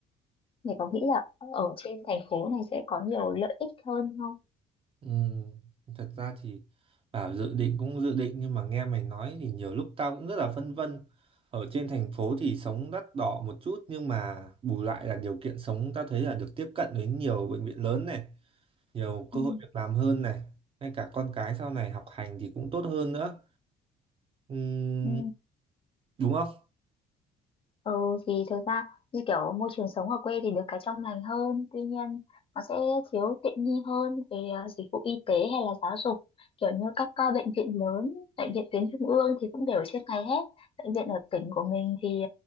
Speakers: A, on the left; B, on the right.
A: Mày có nghĩ là ở trên thành phố này sẽ có nhiều lợi ích hơn không?
B: Ừ, thật ra thì bảo dự định cũng dự định nhưng mà nghe mày nói thì nhiều lúc tao cũng rất là phân vân. Ở trên thành phố thì sống đắt đỏ một chút nhưng mà bù lại là điều kiện sống tao thấy là được tiếp cận với nhiều bệnh viện lớn này, nhiều cơ
A: Ừ.
B: hội việc làm hơn này, ngay cả con cái sau này học hành thì cũng tốt hơn nữa. Ừm,
A: Ừ.
B: đúng không?
A: Ừ thì thực ra như kiểu môi trường sống ở quê thì được cái trong lành hơn tuy nhiên nó sẽ thiếu tiện nghi hơn về ờ, dịch vụ y tế hay là giáo dục kiểu như các ờ, bệnh viện lớn bệnh viện tuyến trung ương thì cũng đều ở trên này hết bệnh viện ở tỉnh của mình thì